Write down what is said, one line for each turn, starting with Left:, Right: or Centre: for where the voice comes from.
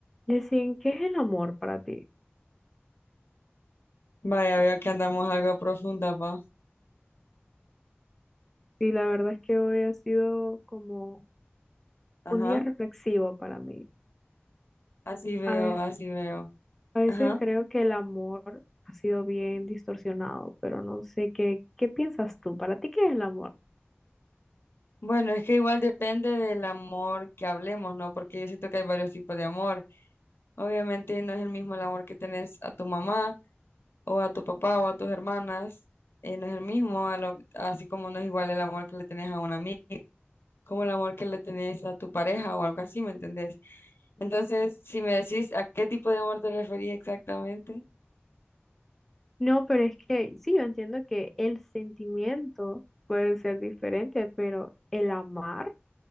Centre: Yesín, ¿qué es el amor para ti?
Left: Vaya, veo que andamos algo profunda, pa.
Centre: Y la verdad es que hoy ha sido como
Left: Ajá.
Centre: un día reflexivo para mí.
Left: Así veo,
Centre: A veces,
Left: así veo.
Centre: a veces
Left: Ajá.
Centre: creo que el amor ha sido bien distorsionado, pero no sé qué, qué piensas tú. ¿Para ti qué es el amor?
Left: Bueno, es que igual depende del amor que hablemos, ¿no? Porque yo siento que hay varios tipos de amor. Obviamente no es el mismo el amor que tenés a tu mamá o a tu papá o a tus hermanas. eh, no es el mismo, a lo- así como no es igual el amor que le tenés a una amiga, como el amor que le tenés a tu pareja o algo así, ¿me entendés? Entonces, si me decís a qué tipo de amor te referís exactamente.
Centre: No, pero es que sí, yo entiendo que el sentimiento puede ser diferente, pero el amar